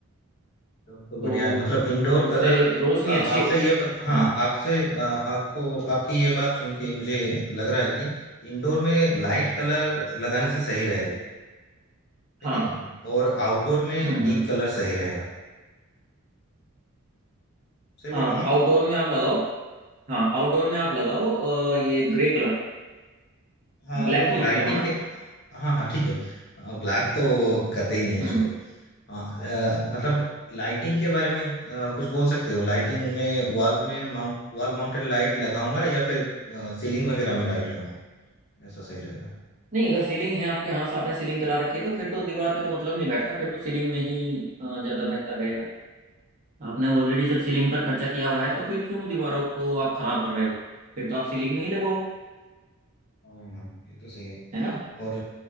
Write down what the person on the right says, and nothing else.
तो
उससे
रोशनी
अच्छी
हाँ
हाँ
हम्म
हम्म
हाँ
आउटडोर में आप लगाओ हाँ आउटडोर में आप लगाओ अ, ये ग्रे कलर
ब्लैक
तो
मत करवाना
हम्म
नहीं अगर सीलिंग है आपके यहाँ से आपने सीलिंग करा रखी है तो फिर तो दीवार पे तो मतलब नहीं बैठता फिर तो सीलिंग में ही अ, ज्यादा बेहतर रहेगा आपने ऑलरेडी जब सीलिंग पर खर्चा किया हुआ है तो फिर क्यों दीवारों को आप खराब कर रहे हो फिर तो आप सीलिंग में ही लगवाओ
है ना